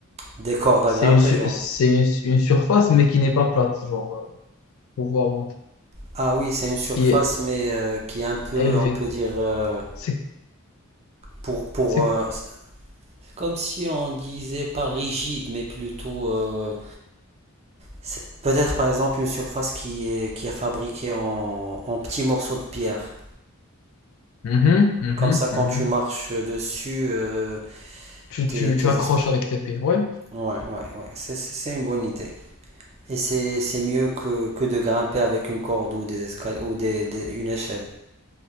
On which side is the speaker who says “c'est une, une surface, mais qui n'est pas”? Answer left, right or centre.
Left